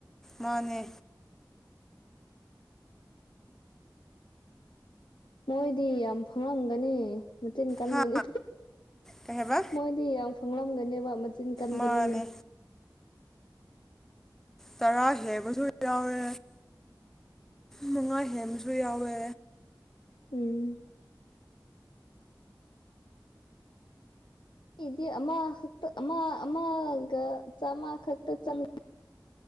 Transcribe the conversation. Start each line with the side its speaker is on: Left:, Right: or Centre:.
Centre: ꯃꯥꯅꯦ
Left: ꯃꯣꯏꯗꯤ ꯌꯥꯝ ꯐꯪꯉꯝꯒꯅꯤ ꯃꯆꯤꯟ ꯀꯟꯕꯅꯤꯅ
Centre: ꯍꯥ ꯀꯩ ꯍꯥꯏꯕ
Left: ꯃꯣꯏ ꯌꯥꯝ ꯐꯪꯂꯝꯒꯅꯦꯕ ꯃꯆꯤꯟ ꯀꯟꯕꯅꯤꯅ
Centre: ꯃꯥꯅꯦ ꯇꯔꯥ ꯍꯦꯟꯕꯁꯨ ꯌꯥꯎꯋꯦ ꯃꯉꯥ ꯍꯦꯟꯕꯁꯨ ꯌꯥꯎꯋꯦ
Left: ꯎꯝ ꯑꯩꯗꯤ ꯑꯃꯈꯛꯇ ꯑꯃ ꯑꯃꯒ ꯆꯥꯝꯃ ꯈꯛꯇ ꯆꯪ